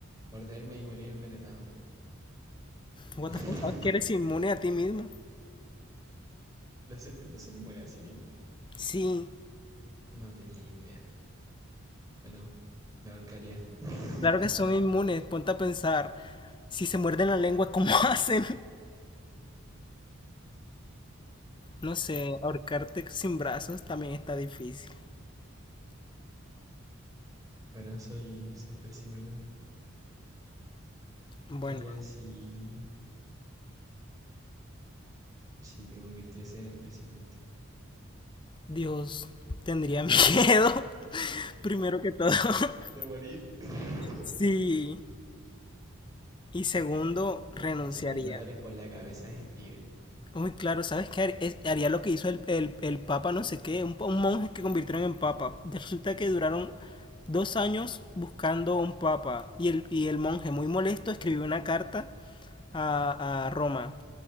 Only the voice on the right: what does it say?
morderme y morir envenenado.
<laughs>
¿Las serpientes son inmunes a sí mismas?
No tenía idea. Bueno, me ahorcaría. <laughs>
Bueno, soy, soy pésimo yo.
Quería si, si te convirtiese en presidente.
¿De morir? <laughs>
cien mil dólares por la cabeza de Steven.